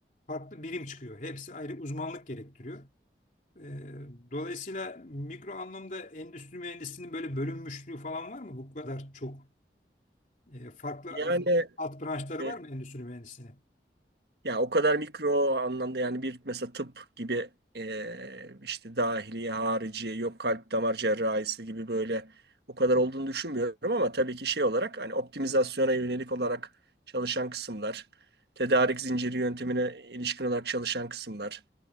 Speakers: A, on the left (about 45°); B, on the right (about 70°).
A: farklı birim çıkıyor. Hepsi ayrı uzmanlık gerektiriyor. Ee, Dolayısıyla mikro anlamda endüstri mühendisliğinin böyle bölünmüşlüğü falan var mı? Bu kadar çok e, farklı
B: Yani
A: e, alt branşları
B: e,
A: var mı endüstri mühendisliğinin?
B: ya o kadar mikro anlamda yani bir mesela tıp gibi e, işte dahiliye, hariciye, yok kalp damar cerrahisi gibi böyle o kadar olduğunu düşünmüyorum ama tabii ki şey olarak hani optimizasyona yönelik olarak çalışan kısımlar, tedarik zinciri yöntemine ilişkin olarak çalışan kısımlar